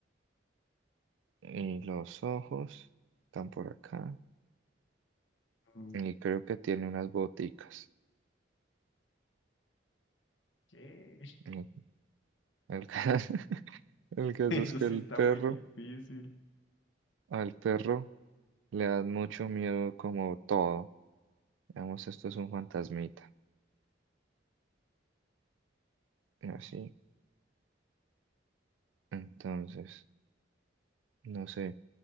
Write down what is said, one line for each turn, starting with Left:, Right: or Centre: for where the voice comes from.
Right: Y los ojos están por acá.
Left: Mm,
Right: Y creo que tiene unas boticas.
Left: ¿Qué?
Right: El, el ca- <laughs> el
Left: <laughs>
Right: caso
Left: Eso
Right: es que
Left: sí
Right: el
Left: está
Right: perro,
Left: muy difícil.
Right: al perro le da mucho miedo como todo. Digamos, esto es un fantasmita. y Así. Entonces, no sé.